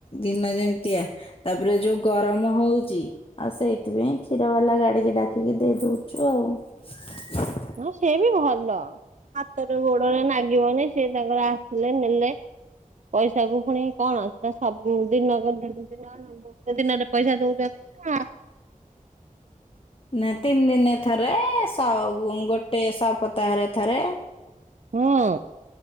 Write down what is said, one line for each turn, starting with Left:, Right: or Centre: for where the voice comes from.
Left: ଦିନ ଯେମିତିଆ ତାପରେ ଯୋଉ ଗରମ ହଉ ଚି ଆଉ ସେଇଥିପାଇଁ କ୍ଷୀର ବାଲା ଗାଡିକି ଡାକିକି ଦେଇ ଦଉଛୁ ଆଉ।
Right: ହଁ, ସେ ବି ଭଲ। ହାତରେ ଗୋଡରେ ନାଗିବନି ସିଏ ତାଙ୍କର ଆସିଲେ ନେଲେ‌। ପଇସା କୁ ପୁଣି କଣ ସବୁ ଦିନ କୁ ଦିନ ଗୋଟେ ଦିନରେ ପଇସା ଦଉଛନ୍ତି ନାଁ
Left: ନା ତିନି ଦିନରେ ଥରେ ସ ଗୋଟେ ସପତାହରେ ଥରେ।
Right: ହଁ।